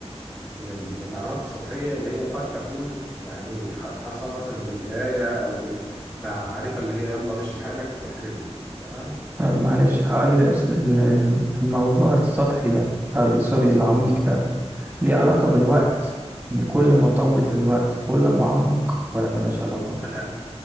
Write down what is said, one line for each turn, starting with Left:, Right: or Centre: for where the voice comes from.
Centre: من ال من المعلومات السطحية اللي هي قد تكون يعني ح- تحصلها مثلا بالقراية أو بالمعرفة اللي هي يلا مشي حالك والحاجات دي تمام
Right: آه، معلش هقول الس- ال- ال- الموضوع السطحي ده أو ال- سوري العميق ده ليه علاقة
Centre: مم.
Right: بالوقت يعني كل ما أطول في الوقت كل ما أعمق ولا ملهاش علاقة
Centre: لا